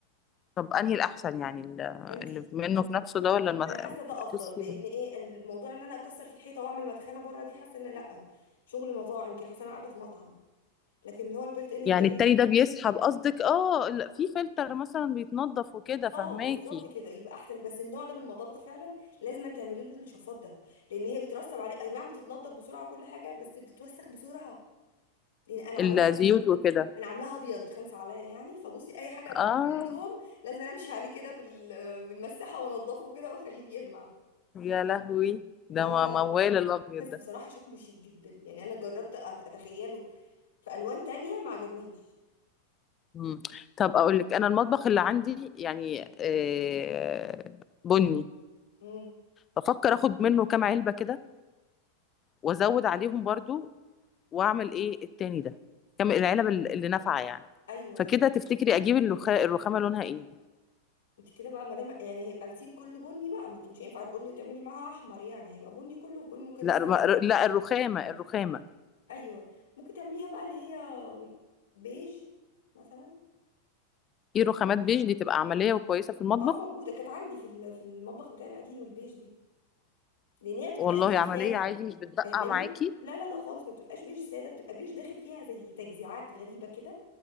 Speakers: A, on the left; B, on the left.
A: طب انهي الاحسن يعني ال-
B: فانت
A: اللي منه في نفسه ده ولا الم...
B: انا حاسه ده افضل
A: بصي
B: لان ايه أن الموضوع ان انا اكسر في الحيطه واعمل مدخنه بره دي حاسه ان لا شغل مطاعم كده حاسه انا قاعده في مطعم لكن هو البلت ان الجاهز
A: يعني التاني ده بيسحب قصدك اه ال- في فلتر مثلا بيتنضف وكده فهماكي
B: اه بالظبط كده يبقى احسن بس النوع ده من المطابخ فعلا لازم أن تعملي له الشفاط ده لان هي بترسب عليه اي نعم بتتنضف بسرعه كل حاجه بس بتتوسخ بسرعه لان انا عاملاه
A: الزيوت
B: كمان
A: وكده
B: انا عاملاها ابيض خمسه عليا يعني فبصي اي حاجه كل
A: اه
B: يوم لازم أنا امشي عليه كده بال... بالمساحه وانضفه كده واخليه بيلمع
A: يا لهوي ده
B: فهو
A: م-
B: لو
A: موال الابيض
B: بس
A: ده
B: بصراحه شكله شيك جدا يعني انا جربت أت- اتخيله في الوان تانية ما عجبنيش
A: مم. طب اقول لك انا المطبخ اللي عندي يعني آه، بني
B: امم
A: بفكر اخد منه كام علبه كده وازود عليهم برضو واعمل ايه التاني ده كام العلب اللي اللي نافعه يعني
B: ايوه
A: فكده
B: أيوه.
A: تفتكري اجيب الرخا... الرخامه لونها ايه
B: انت كده بقى ما دام يعني هيبقى التيم كله بني بقى ما انت مش هينفع البني وتعملي معاها احمر يعني هيبقى بني كله في بني ممكن
A: لا
B: مثلا
A: الرم- لا الرخامه الرخامه
B: ايوه ممكن تعمليها بقى اللي هي بيج مثلا
A: في رخامات بيج دي تبقى عمليه وكويسه في المطبخ
B: اه موجوده كانت عندي في ال- في المطبخ بتاعي القديم البيج دي لان هي ما بتبقاش
A: والله
B: بيج
A: عمليه
B: ساده
A: عادي مش بتبقع
B: فاهماني
A: معاكي
B: لا لا لا خالص ما بتبقاش بيج ساده بتبقى بيج داخل فيها زي تجزيعات غريبه كده